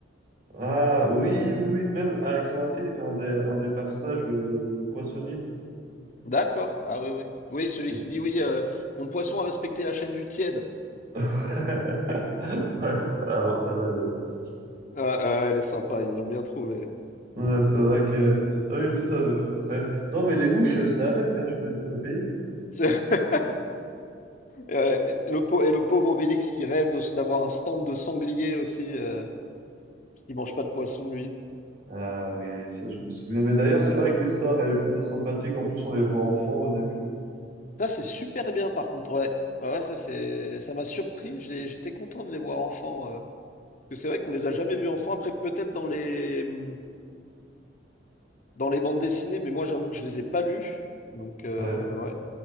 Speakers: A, on the right; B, on the left.
A: Ah, oui, oui, oui. Même Alexandre Astier, il fait un des, un des personnages, le, le poissonnier.
B: D'accord. Ah oui, oui. Oui, celui
A: Et-
B: qui dit oui, euh, mon poisson a respecté la chaîne du tiède.
A: <laughs> Ouais, alors celle-là, elle est mythique.
B: Ah, ah, elle est sympa, ils l'ont bien trouvé.
A: Ouais, c'est vrai que, ah oui, tout à fait frais. Non, mais les mouches, c'est avec, hein, je te les fais pas payer.
B: <laughs> Euh, le pau- et le pauvre Obélix qui rêve de, s- d'avoir un stand de sanglier aussi, euh, parce qu'il mange pas de poisson, lui.
A: Ah oui, ça je me souviens. Mais d'ailleurs, c'est vrai que l'histoire, elle est plutôt sympathique. En plus, on les voit enfants au début.
B: Ça, c'est super bien par contre, ouais. Ah ouais, ça c'est ça m'a surpris, j'ai- j'étais content de les voir enfants. euh. Parce que c'est vrai qu'on les a jamais vus enfants, après peut-être dans les hum, dans les bandes dessinées, mais moi j'avoue que je les ai pas lus. Donc
A: Ouais.
B: euh, ouais.